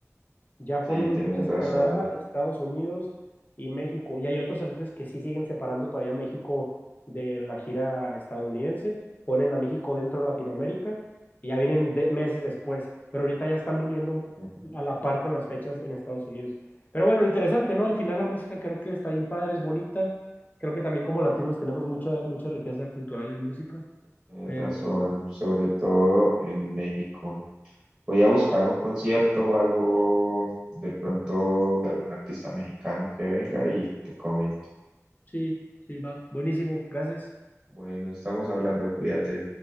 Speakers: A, on the left; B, on the right.
A: Ya
B: Sí,
A: ponen
B: tienes
A: fechas
B: razón.
A: en Canadá, Estados Unidos y México. Y hay otros artistas que sí siguen separando todavía México de la gira estadounidense. Ponen a México dentro de Latinoamérica y ya vienen de- meses después. Pero ahorita ya están viniendo
B: <laughs>
A: a la par con las fechas en Estados Unidos. Pero bueno, interesante, ¿no? Al final la música creo que está bien padre, es bonita. Creo que también como latinos tenemos mucha, mucha riqueza cultural en música.
B: Tienes
A: Pero
B: razón, sobre todo en México. Voy a buscar un concierto o algo de pronto de algún artista mexicano que venga y te comento.
A: sí, sí, va. Buenísimo, gracias.
B: Bueno, estamos hablando, cuídate.